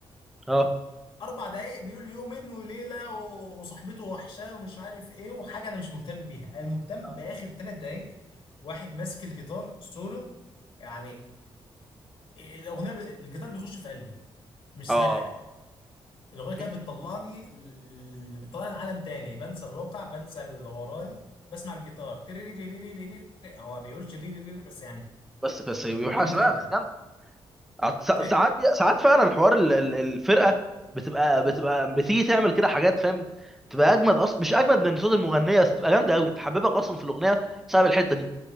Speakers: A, in the centre; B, on the left.
A: اه
B: اربع دقايق بيقول يومين وليله و- وصاحبته وحشاه ومش عارف ايه وحاجه انا مش مهتم بيها انا مهتم
A: اه
B: باخر ثلاث دقايق واحد ماسك الجيتار سولو يعني الاغنيه ب... الجيتار بيخش في قلبي مش
A: اه
B: سامعها
A: آه.
B: الاغنيه
A: هي-
B: كده بتطلعني ل- ل- بتطلعني لعالم تاني بنسى الواقع بنسى اللي ورايا بسمع الجيتار تريريريريريري. هو ما بيقولش ريريريري بس يعني
A: بس بس يوحش
B: جميل
A: بقى
B: جدا
A: بس جامد. عط- سا-
B: ايه
A: ساعات ساعات فعلا الحوار ال- ال- الفرقه بتبقى بتبقى بتيجي تعمل كده حاجات فاهم تبقى اجمد اصلا مش اجمد من صوت المغنيه بس تبقى جامده قوي تحببك اصلا في الاغنيه بسبب الحته دي